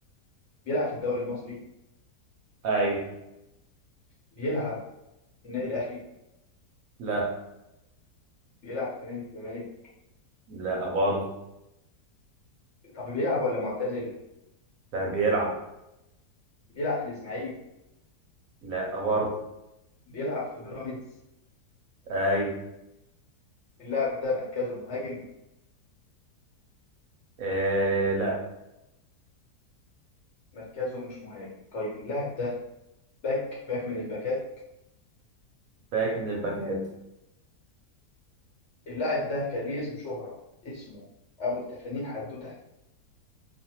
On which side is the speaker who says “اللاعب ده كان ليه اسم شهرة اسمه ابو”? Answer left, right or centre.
Left